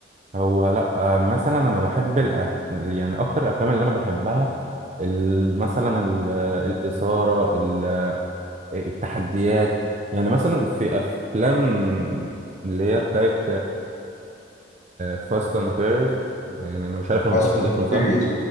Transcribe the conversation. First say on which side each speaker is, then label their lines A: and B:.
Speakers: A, on the right (about 35°); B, on the left (about 40°).
A: هو لا آه مثلا انا بحب الأف... يعني اكتر الافلام اللي انا بحبها ال... مثلا ال... الاثارة ال... التحديات يعني مثلا في افلام اللي هي بتاعة فاست اند فيريس يعني انا مش عارف انا
B: فاست
A: نطقت
B: اند
A: الاسم صح
B: فيوريوس